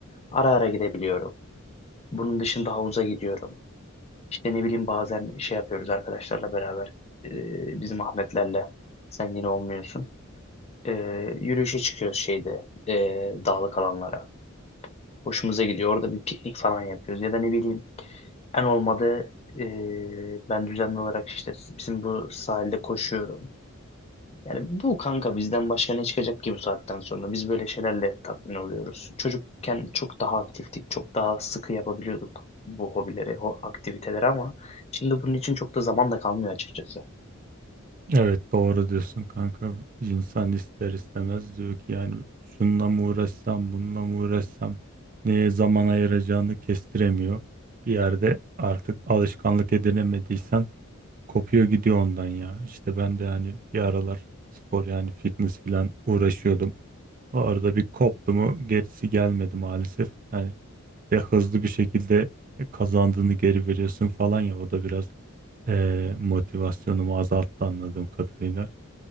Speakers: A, on the left (about 30°); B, on the right (about 40°).
A: Ara ara gidebiliyorum. Bunun dışında havuza gidiyorum. İşte ne bileyim bazen şey yapıyoruz arkadaşlarla beraber. Ee, bizim Ahmetlerle. Sen yine olmuyorsun. Ee, yürüyüşe çıkıyoruz şeyde. ee, dağlık alanlara. Hoşumuza gidiyor. Orada bir piknik falan yapıyoruz. Ya da ne bileyim en olmadı ee, ben düzenli olarak işte bizim bu sahilde koşuyorum. Yani bu kanka bizden başka ne çıkacak ki bu saatten sonra? Biz böyle şeylerle tatmin oluyoruz. Çocukken çok daha aktiftik, çok daha sıkı yapabiliyorduk bu hobileri, o aktiviteleri ama şimdi bunun için çok da zaman da kalmıyor açıkçası.
B: Evet doğru diyorsun kanka. İnsan ister istemez diyor ki yani şununla mı uğraşsam, bununla mı uğraşsam neye zaman ayıracağını kestiremiyor. Bir yerde artık alışkanlık edinemediysen kopuyor gidiyor ondan ya. İşte ben de hani bir aralar spor yani fitness filan uğraşıyordum. O arada bir koptu mu gerisi gelmedi maalesef. Yani de hızlı bir şekilde e, kazandığını geri veriyorsun falan ya o da biraz eee motivasyonumu azalttı anladığım kadarıyla.